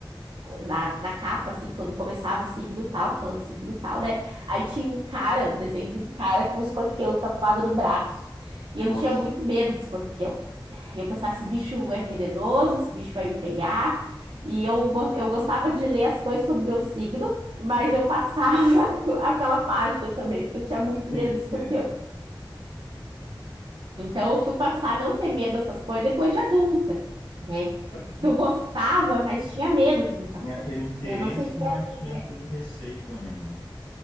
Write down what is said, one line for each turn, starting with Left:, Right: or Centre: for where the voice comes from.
Right: na, na capa, assim, quando começava o signo tal, falando signo tal, né? Aí tinha um cara, um desenho de um cara com um escorpião tatuado no braço. E
Left: Nossa.
Right: eu tinha muito medo de escorpião. E eu pensava, esse bicho é venenoso, esse bicho vai me pegar. E eu, go- eu gostava de ler as coisas sobre meu signo, mas eu passava <laughs> aquela página também, porque eu tinha muito
Left: Sim,
Right: medo do escorpião.
Left: é
Right: Então eu fui passar a não ter medo dessas coisas depois de adulta, né?
Left: Satisfação.
Right: Porque eu gostava, mas tinha medo de muita
Left: Tinha
Right: coisa,
Left: aquele interesse,
Right: né? Não sei se pra
Left: mas
Right: ti
Left: tinha
Right: foi
Left: aquele
Right: assim.
Left: receio também, né?